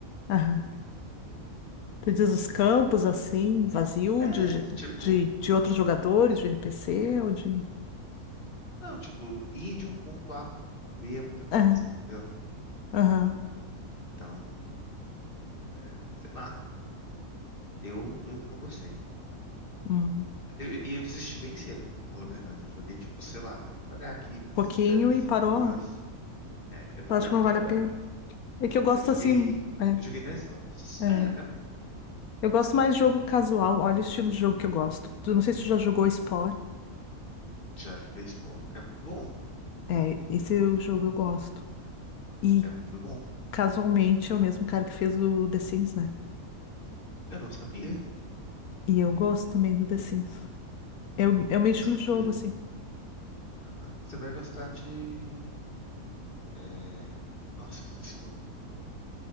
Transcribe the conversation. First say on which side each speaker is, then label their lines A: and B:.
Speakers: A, on the left; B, on the left.
A: aham.
B: você não sente assim.
A: Tu diz os campos, assim, vazio,
B: É,
A: de, ge-
B: tipo,
A: de, de outros jogadores, de NPC, ou de...
B: não, tipo, ir de um ponto A pra um ponto B é muita coisa,
A: Aham,
B: entendeu?
A: aham.
B: Então, é, sei lá, eu, eu não gostei.
A: Hum.
B: Eu- E eu, desisti bem cedo, falo a verdade. Eu joguei, tipo, sei lá, eu tenho que olhar aqui, mas
A: Pouquinho
B: deve ter
A: e
B: sido
A: parou.
B: umas. É, eu tô
A: Eu
B: olhando
A: acho que não
B: aqui
A: vale
B: agora.
A: a pena. É que eu gosto,
B: Eu joguei.
A: assim... é
B: Eu joguei dez horas.
A: É.
B: É, até muito, né?
A: Eu gosto mais de jogo casual. Olha o estilo de jogo que eu gosto. Tu não sei se tu já jogou Spore.
B: Já joguei Spore. É muito bom.
A: É, esse é o jogo eu gosto. E
B: É muito bom.
A: casualmente é o mesmo cara que fez o The Sims, né?
B: Eu não sabia.
A: E eu gosto também do The Sims. É o, é o
B: Eu
A: meu
B: não
A: estilo
B: sabia.
A: de jogo, assim.
B: Aham. Você vai gostar de. É... Nossa, eu esqueci o nome do jogo.